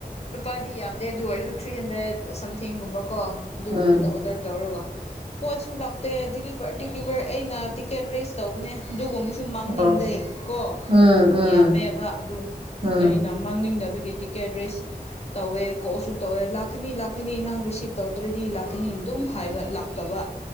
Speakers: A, on the left (about 40°); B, on the right (about 35°).
A: ꯂꯨꯄꯥꯗꯤ ꯌꯥꯝꯗꯦ ꯑꯗꯨ ꯑꯣꯏꯔꯁꯨ ꯊ꯭ꯔꯤ ꯍꯟꯗ꯭ꯔꯦꯗ ꯁꯝꯊꯤꯡꯒꯨꯝꯕ ꯀꯣ ꯑꯗꯨꯒꯨꯝꯕꯗ
B: ꯎꯝ
A: ꯑꯣꯗꯔ ꯇꯧꯔꯒ ꯄꯣꯠꯁꯨ ꯂꯇꯦ ꯗꯤꯂꯤꯚꯔ ꯗꯤꯂꯤꯚꯔ ꯑꯩꯅ ꯇꯤꯛꯀꯦꯠ ꯔꯁ ꯇꯧꯕꯅꯦ ꯑꯗꯨꯒꯨꯝꯕꯁꯨ ꯃꯥꯡꯅꯤꯡꯗꯦ
B: ꯑꯣ
A: ꯀꯣ
B: ꯎꯝ ꯎꯝ
A: ꯌꯥꯝꯃꯦꯕ ꯑꯗꯨ
B: ꯎꯝ
A: ꯑ ꯃꯥꯡꯅꯤꯡꯗꯕꯒꯤ ꯇꯤꯛꯀꯦꯠ ꯔ‌ꯦꯁ ꯇꯧꯋꯦ ꯀꯣꯛꯁꯨ ꯇꯧꯋꯦ ꯂꯥꯛꯀꯅꯤ ꯂꯥꯛꯀꯅꯤ ꯅꯪ ꯔꯤꯁꯤꯞ ꯇꯧꯗ꯭ꯔꯗꯤ ꯂꯥꯛꯀꯅꯤ ꯑꯗꯨꯝ ꯍꯥꯏꯕ ꯂꯥꯛꯇꯕ